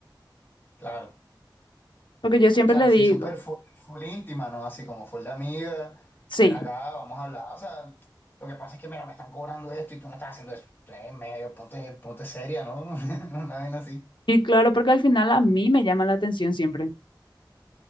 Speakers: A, on the left; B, on the left.
A: claro.
B: Porque yo siempre
A: O sea,
B: le
A: así
B: digo,
A: súper full, full íntima, ¿no? Así como full de amiga,
B: sí.
A: ven acá, vamos a hablar. O sea, lo que pasa es que, mira, me están cobrando esto y tú no estás haciendo eso. Entonces, medio, ponte, ponte seria, ¿no? <laughs> Una vaina así.
B: Y claro, porque al final a mí me llama la atención siempre.